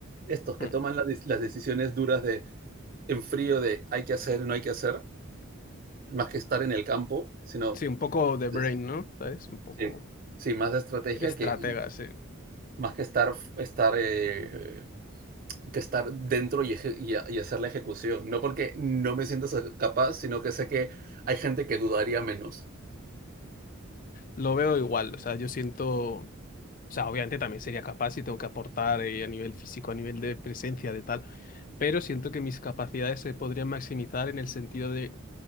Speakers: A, on the right; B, on the left.
A: estos que
B: Mm.
A: toman las las decisiones duras de en frío de hay que hacer, no hay que hacer, más que estar en el campo, sino
B: Sí, un poco de brain,
A: de-
B: ¿no? ¿Sabes? Un poco
A: sí, sí, más de estrategia
B: estratega,
A: que
B: sí.
A: más que estar, estar eh, que estar dentro y, eje- y, a- y hacer la ejecución. No porque no me siento capaz, sino que sé que hay gente que dudaría menos.
B: Lo veo igual, o sea, yo siento, o sea, obviamente también sería capaz y tengo que aportar eh, a nivel físico, a nivel de presencia, de tal, pero siento que mis capacidades se podrían maximizar en el sentido de